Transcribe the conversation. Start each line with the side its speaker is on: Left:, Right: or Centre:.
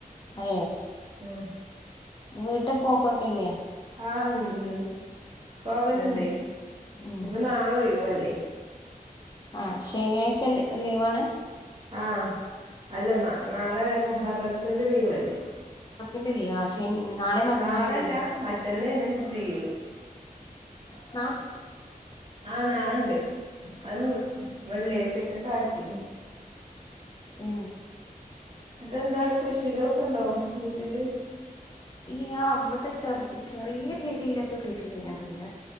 Left: ഏ
Right: അ ഹ്
Left: വീട്ട് പൊക്കോക്കില്ലേ
Right: ആഹ് ഉണ്ട്ണ്ട് പോവല്ണ്ടേയ്
Left: ഉം ഉം
Right: ഇനിപ്പ ന്നാളൊയ് വല്ലേ
Left: ആ ശനിയാഴ്ച ലീവാണ്
Right: ആഹ അല്ല ന
Left: ഏഹ്
Right: നാളെ മുഹററത്തിന്റെ ലീവ്ല്ലേ
Left: ന്റെ ലീവ്ക്ഷേ നാളെ മറ്റന്നാളെ
Right: നാളെല്ല
Left: ലീവ്ല്ലേ
Right: മറ്റന്നേണ് ലീവ്
Left: ആ
Right: ആ നാളുണ്ട് അത് വെള്ളിയാഴ്ചൊക്കെ കാക്കി
Left: ഏ
Right: മറ്റ എന്താ അവിടെ കൃഷികളൊക്കെ ഉണ്ടോ വീട്ടില്
Left: ഈ അവിടെ ചെറ ചെറിയ രീതിയിലൊക്കെ കൃഷി ചെയ്യണണ്ട്